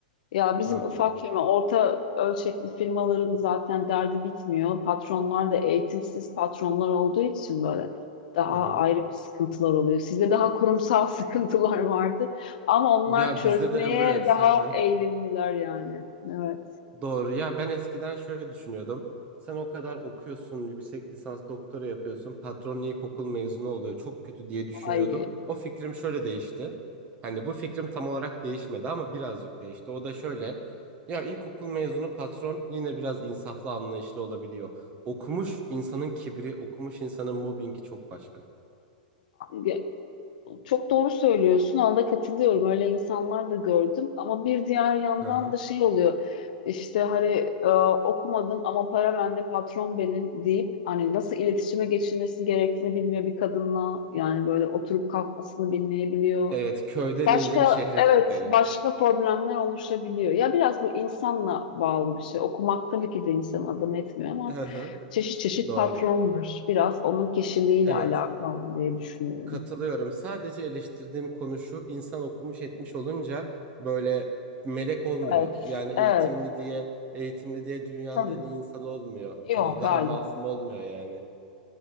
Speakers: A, on the left (about 65°); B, on the right (about 25°).
A: Ya bizim
B: Hı
A: ufak
B: hı.
A: firma, orta ölçekli firmaların zaten derdi bitmiyor. Patronlar da eğitimsiz patronlar olduğu için böyle daha
B: Hı hı.
A: ayrı bir sıkıntılar oluyor. Sizde daha kurumsal <laughs> sıkıntılar vardı ama onlar
B: Ya
A: çözmeye
B: bizde de evet.
A: daha
B: <laughs>
A: eğilimliler yani. Evet.
B: Doğru ya ben eskiden şöyle düşünüyordum. Sen o kadar okuyorsun, yüksek lisans doktora yapıyorsun, patron ilkokul mezunu oluyor, çok kötü diye düşünüyordum.
A: Ay,
B: O fikrim şöyle değişti. Hani bu fikrim tam olarak değişmedi ama birazcık değişti. O da şöyle. Ya ilkokul mezunu patron yine biraz insaflı, anlayışlı olabiliyor. Okumuş insanın kibri, okumuş insanın mobbingi çok başka.
A: evet. Çok doğru söylüyorsun. Ona da katılıyorum. Öyle insanlar da gördüm. Ama bir diğer yandan
B: Hı hı.
A: da şey oluyor. İşte hani e, okumadım ama para bende, patron benim deyip hani nasıl iletişime geçilmesi gerektiğini bilmiyor bir kadınla. Yani böyle oturup kalkmasını bilmeyebiliyor.
B: Evet, köyden
A: Başka
B: indim şehre
A: evet
B: tipleri.
A: başka problemler oluşabiliyor. Ya biraz bu insanla bağlı bir şey. Okumak tabii ki de insanı adam etmiyor ama
B: Hı hı.
A: çeşit çeşit
B: Doğru.
A: patron var. Biraz onun kişiliğiyle
B: Evet.
A: alakalı diye düşünüyorum.
B: Katılıyorum. Sadece eleştirdiğim konu şu, insan okumuş etmiş olunca böyle melek olmuyor.
A: Evet,
B: Yani eğitimli
A: evet.
B: diye, eğitimli diye dünyanın
A: Tabii.
B: en iyi insanı olmuyor.
A: Yok,
B: Hani daha
A: hayır.
B: masum olmuyor yani.